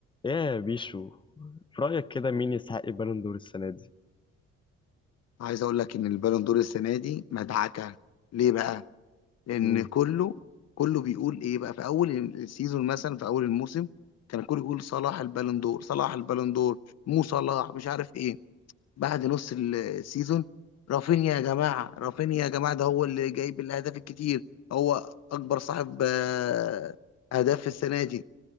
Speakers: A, on the left (about 15°); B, on the left (about 55°).
A: يا بيشو في رأيك كده مين يستحق البالون دور السنة دي؟
B: عايز اقول لك ان البالون دور السنه دي مدعكه ليه بقى لان
A: مم.
B: كله كله بيقول ايه بقى في اول السيزون مثلا في اول الموسم كان كله يقول صلاح البالون دور صلاح البالون دور مو صلاح مش عارف ايه بعد نص السيزون رافينيا يا جماعه رافينيا يا جماعه ده هو اللي جايب الاهداف الكتير هو اكبر صاحب آه، اهداف في السنه دي